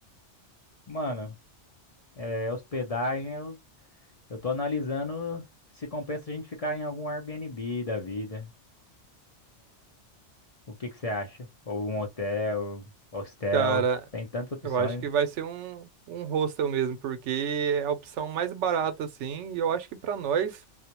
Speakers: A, on the left; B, on the right.
A: Mano, é, hospedagem, eu, eu tô analisando se compensa a gente ficar em algum Airbnb da vida. O que que você acha? Ou um hotel, hostel,
B: Cara,
A: tem tantas opções.
B: eu acho que vai ser um, um hostel mesmo, porque é a opção mais barata, assim, e eu acho que pra nós